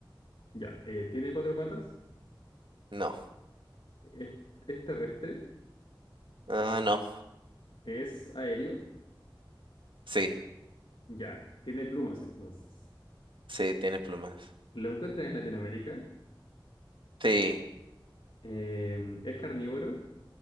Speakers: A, on the left; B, on the right.
A: Ya, eh, tiene cuatro patas,
B: No,
A: es, es terrestre,
B: ah, no,
A: es aéreo,
B: sí,
A: ya, tiene plumas entonces.
B: sí, tiene plumas.
A: Lo encuentran en Latinoamérica,
B: Sí,
A: eh, es carnívoro,